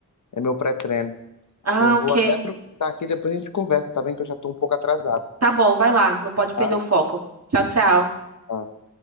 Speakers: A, on the left; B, on the right.
A: É meu pré-treino.
B: Ah,
A: Eu vou
B: ok.
A: Ah, até Ah, aproveitar aqui, depois a gente conversa, tá bem? Que eu já tô um pouco atrasado,
B: Tá bom, vai lá. Não pode perder
A: tá?
B: o foco. Tchau, tchau.
A: Tá.